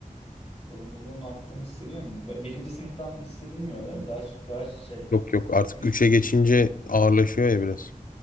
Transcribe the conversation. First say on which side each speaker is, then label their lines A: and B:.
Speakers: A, on the left; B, on the left.
A: Sorumluluğun arttığını hissediyor musun? Ben- Birinci sınıftan hissedilmiyor değil mi? Daha, daha şey.
B: Yok yok artık
A: Üç,
B: üçe geçince ağırlaşıyor ya biraz.